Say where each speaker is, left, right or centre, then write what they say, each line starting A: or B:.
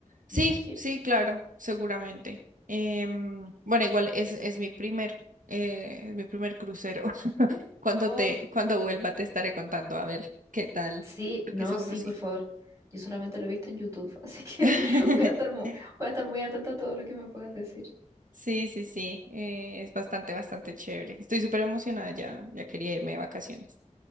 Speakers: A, on the right (about 90°); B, on the right (about 25°).
A: sí,
B: me imagino.
A: sí, claro, seguramente. Em, bueno, igual es, es mi primer, eh, es mi primer crucero. Cuando
B: Oh,
A: te, cuando vuelva te estaré contando a ver qué tal,
B: sí,
A: porque
B: no,
A: seguro
B: sí,
A: sí.
B: por favor. Yo solamente lo he visto en YouTube, <laughs> así que
A: <laughs>
B: voy a estar muy, voy a estar muy atenta a todo lo que me puedas decir.
A: Sí, sí, sí, eh, es bastante, bastante chévere. Estoy súper emocionada ya, ya quería irme de vacaciones.